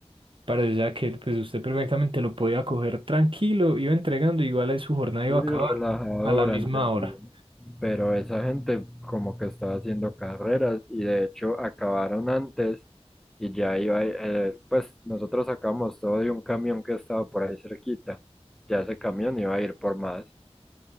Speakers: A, on the right; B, in the centre.
A: Parecía que pues usted perfectamente lo podía coger tranquilo, iba entregando, igual ahí su jornada iba
B: Sí,
A: a
B: relajado
A: acabar a la
B: durante
A: misma
B: el
A: hora.
B: día, ¿no? pero esa gente como que estaba haciendo carreras y de hecho acabaron antes y ya iba, eh, pues nosotros sacamos todo de un camión que estaba por ahí cerquita, ya ese camión iba a ir por más.